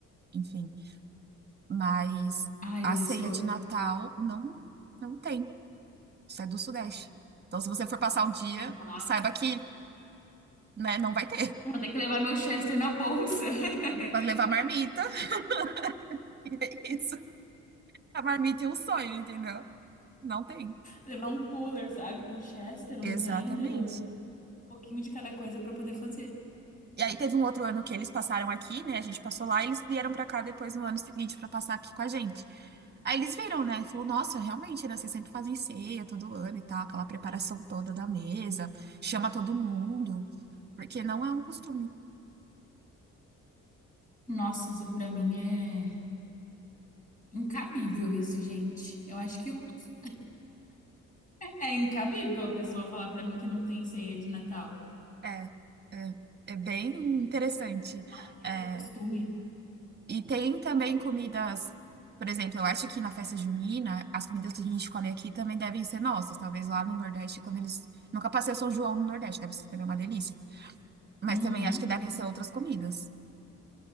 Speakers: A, on the right (about 35°); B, on the left (about 25°).
A: enfim. Mas
B: Ai,
A: a
B: delicioso.
A: ceia de Natal não, não tem. Isso é do Sudeste. Então, se você for passar um dia,
B: Nossa.
A: saiba que, né, não vai ter.
B: Vou ter que levar meu Chester na bolsa. <laughs>
A: Vai ter que levar marmita. <laughs> E é isso. A marmita e um sonho, entendeu? Não tem.
B: Levar um cooler, sabe? Com chester, um
A: Exatamente.
B: tender, um pouquinho de cada coisa pra poder fazer.
A: E aí teve um outro ano que eles passaram aqui, né? A gente passou lá e eles vieram pra cá depois no ano seguinte pra passar aqui com a gente. Aí eles viram, né? Falou, nossa, realmente, né? Vocês sempre fazem ceia todo ano e tal, aquela preparação toda da mesa, chama todo mundo, porque não é um costume.
B: Nossa, isso pra mim é incabível isso, gente. Eu acho que um dos... É incabível a pessoa falar pra mim que não tem ceia de Natal.
A: É, é, é bem interessante.
B: Não que
A: É,
B: o costume.
A: E tem também comidas, por exemplo, eu acho que na festa junina, as comidas que a gente come aqui também devem ser nossas. Talvez lá no Nordeste, quando eles. Nunca passei o São João no Nordeste, deve ser também uma delícia. Mas
B: Uhum.
A: também acho que devem ser outras comidas.